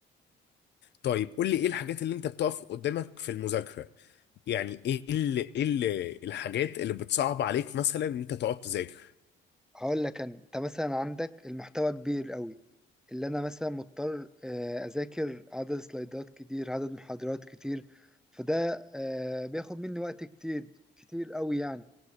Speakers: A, on the left (about 60°); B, in the centre.
A: طيب قول لي ايه الحاجات اللي انت بتقف قدامك في المذاكرة؟ يعني ايه ال... ايه ال... الحاجات اللي بتصعب عليك مثلا ان انت تقعد تذاكر؟
B: هقول لك انا انت مثلا عندك المحتوى كبير قوي اللي انا مثلا مضطر آه اذاكر عدد سلايدات كتير عدد محاضرات كتير فده آه بياخد مني وقت كتير كتير قوي يعني